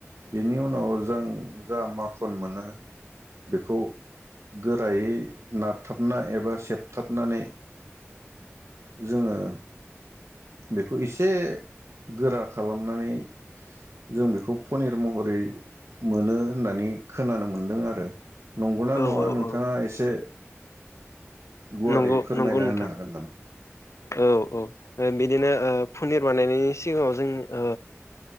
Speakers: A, on the right; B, on the left.
A: बेनि उन नाव जों जा माखन मोनो बेखौ गोरायै नार थाबना एबा सेबथाबनानै जोङो बेखौ एसे गोरा खालामनानै जों बेखौ पनिर महरै मोनो होननानै खोनानो मोनदों आर रो नंगौना
B: औ नंगौ औ
A: नङा
B: औ
A: नोंथाङा
B: औ
A: एसे गुवारै
B: नंगौ
A: फोरमायना
B: नंगौ नोंथां
A: होनो
B: औ। औ ओ बिदिनो ओ पनिर बानायनायनि सिगाङाव जों ओ